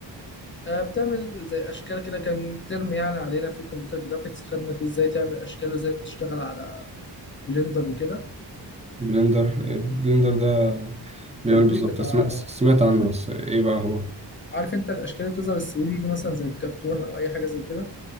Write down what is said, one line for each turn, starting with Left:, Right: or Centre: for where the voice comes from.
Left: بتعمل زي اشكال كده كان ترم يعني علينا في كمبيوتر جرافيكس خدنا فيه ازاي تعمل اشكال وازاي تشتغل على بلندر وكده
Right: بلندر آه، بلندر ده بيعمل
Left: التطبيق
Right: بالظبط
Left: بتاع
Right: سمعت سمعت عنه بس ايه بقى هو
Left: عارف انت الاشكال اللي بتظهر ال 3 دي دي مثلا زي الكرتون او اي حاجه زي كده